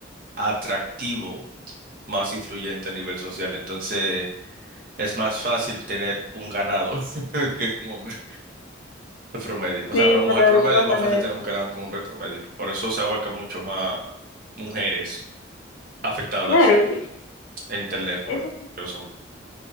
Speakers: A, on the right (about 45°); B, on the left (about 80°).
A: atractivo más influyente a nivel social. Entonces, es más fácil tener un ganado <laughs> que un hombre de promedio. O
B: Sí,
A: sea, una mujer
B: pero
A: promedio
B: de todas
A: es más
B: maneras.
A: fácil tener un ganado que un hombre promedio. Por eso se abarca mucho más mujeres afectadas
B: Claro, sí.
A: en internet por
B: Eso
A: que los hombres.